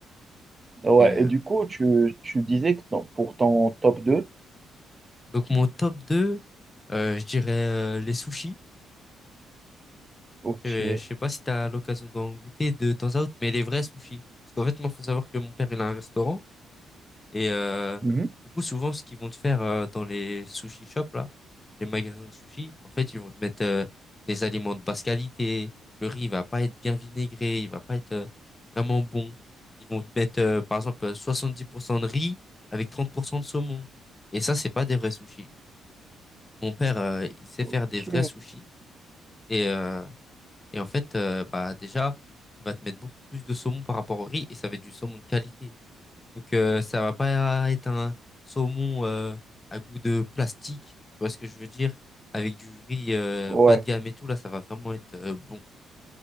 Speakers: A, on the right; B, on the left.
A: Ouais,
B: Mais euh,
A: et du coup, tu, tu disais que dans- pour ton top deux,
B: donc mon top deux euh, je dirais euh, les sushis.
A: Ok.
B: Je, je sais pas si tu as l'occasion d'en goûter de temps à autre, mais les vrais sushis. Parce qu'en fait, moi, faut savoir que mon père, il a un restaurant. Et euh,
A: Mhm.
B: du coup, souvent, ce qu'ils vont te faire euh, dans les sushi shops, là, les magasins de sushi, en fait, ils vont te mettre euh, des aliments de basse qualité. Le riz, il va pas être bien vinaigré, il va pas être euh, vraiment bon. Ils vont te mettre, euh, par exemple, euh, 70% de riz avec 30% de saumon. Et ça, c'est pas des vrais sushis. Mon père, euh, il sait faire
A: Ok.
B: des vrais sushis. Et euh, et en fait, euh, bah déjà, il va te mettre beaucoup plus de saumon par rapport au riz et ça va être du saumon de qualité. Donc euh, ça va pas être un saumon euh, à goût de plastique, tu vois ce que je veux dire? Avec du riz euh,
A: Ouais.
B: bas de gamme et tout, là, ça va vraiment être euh, bon.